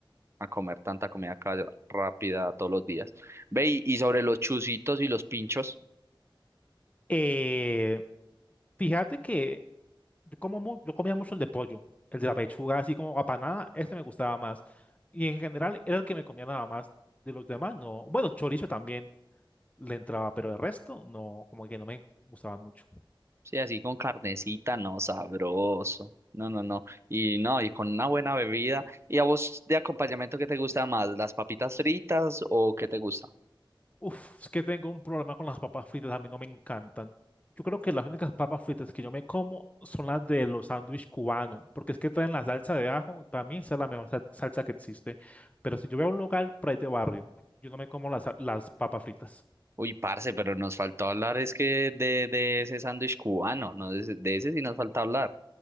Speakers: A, on the right (about 30°); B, on the left (about 15°).
A: a comer tanta comida ca- rápida todos los días. Ve, y y sobre los chuzitos y los pinchos.
B: Eh, fíjate que yo, como, mu- yo comía mucho el de pollo, el de la pechuga, así como apanada, ese me gustaba más. Y en general era el que me comía nada más. De los demás, no. Bueno, chorizo también le entraba, pero el resto, no, como que no me gustaban mucho.
A: Sí, así con carnecita, no, sabroso. No, no, no. Y no, y con una buena bebida. ¿Y a vos de acompañamiento qué te gusta más? ¿Las papitas fritas o qué te gusta?
B: Uf, es que tengo un problema con las papas fritas, a mí no me encantan. Yo creo que las únicas papas fritas que yo me como son las de los sándwiches cubanos, porque es que traen la salsa de ajo, para mí esa es la mejor sal- salsa que existe. Pero si yo voy a un local por ahí de barrio, yo no me como las, las papas fritas.
A: Uy, parce, pero nos faltó hablar es que de, de ese sándwich cubano, ¿no? De, ese de ese sí nos falta hablar.